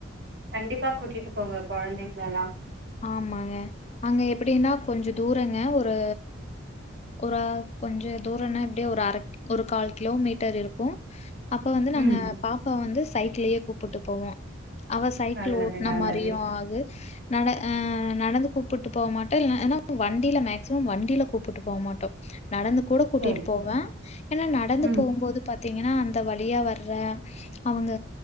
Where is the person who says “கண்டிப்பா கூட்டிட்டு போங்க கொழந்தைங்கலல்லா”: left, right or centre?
Right